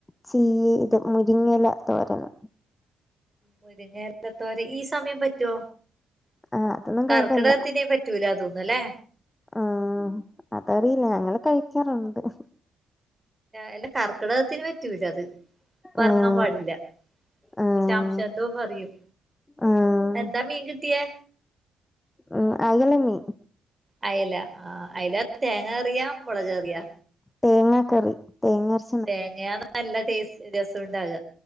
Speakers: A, on the left (about 15°); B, on the right (about 20°).
A: ചീ ഇത് മുരിങ്ങല തോരന്.
B: മുരിങ്ങലത്തോരൻ ഈ സമയം പറ്റൊ
A: ആഹ് അതൊന്നും
B: കർക്കിടകത്തിനെ
A: കൊഴപ്പല്ല
B: പറ്റ- പറ്റൂലാ തോന്നുന്നു അല്ലേ
A: ആഹ് അതറീല്ല ഞങ്ങള് കഴിക്കാറുണ്ട്.
B: അല്ല. കർക്കിടകത്തിന് പറ്റൂല അത്. പ്പർക്കാൻ
A: ആഹ്
B: പാടില്ല.
A: ആഹ്
B: വിഷാംശം എന്തോ പറയും.
A: ആഹ്
B: എന്താ മീൻ കിട്ടിയേ
A: ഉം അയല മീൻ
B: അയല ആഹ് അയല തേങ്ങ കറിയാ മുളക് കറിയാ
A: തേങ്ങാ കറി. തേങ്ങരച്
B: തേങ്ങയാണ് നല്ല ടേസ്റ്റ് രസം ഉണ്ടാക.